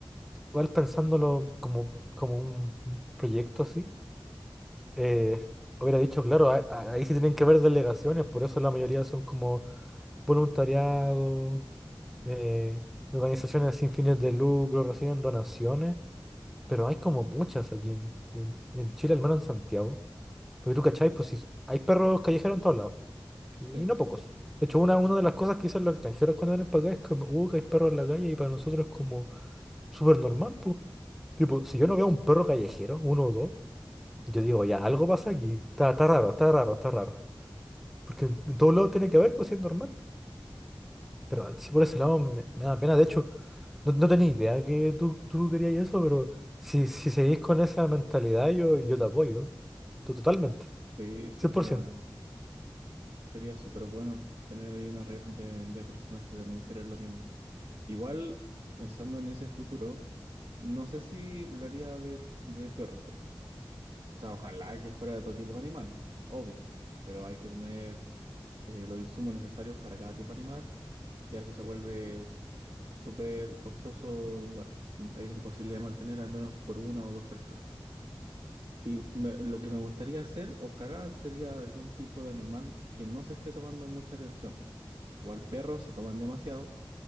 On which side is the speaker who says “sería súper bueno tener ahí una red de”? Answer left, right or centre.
Right